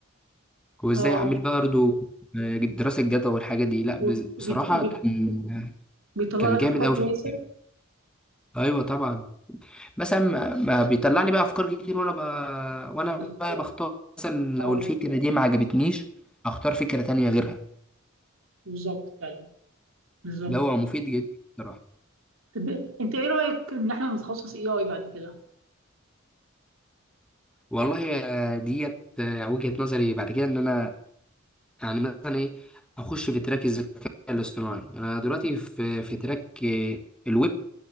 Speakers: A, in the centre; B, on the right.
A: وازاي
B: اه
A: اعمل بقى برضه آه، دراسة جدوى والحاجات دي لا
B: وبيت...
A: بز- بصراحة
B: وبيت...
A: كان
B: بيطلع
A: كان
B: لك
A: جامد
B: افكار
A: قوي
B: كويسه
A: في الحكاية. ايوه طبعا مثلا ما ما بيطلع لي بقى افكار كتير وانا ب... وانا
B: بتختار
A: بقى بختار مثلا
B: اه
A: لو الفكرة دي ما عجبتنيش اختار فكرة تانية غيرها
B: بالظبط فعلا بالظبط
A: اللي هو مفيد جدا بصراحة
B: طب انت ايه رايك ان احنا نتخصص اي اي بعد كده؟
A: والله آه، ديت آه، وجهة نظري بعد كده ان انا يعني مثلا ايه اخش في تراك الذكاء الاصطناعي انا دلوقتي في في تراك آه، الويب